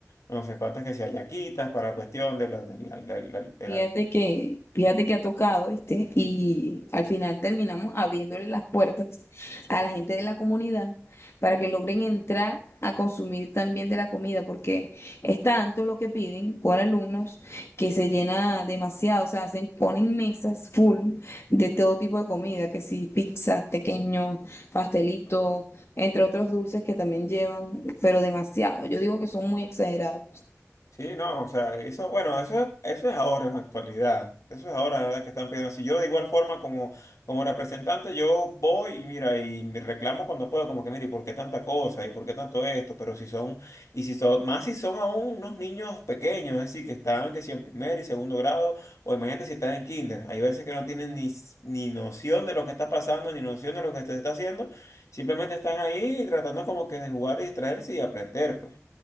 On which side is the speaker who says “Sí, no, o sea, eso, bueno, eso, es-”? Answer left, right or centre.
Left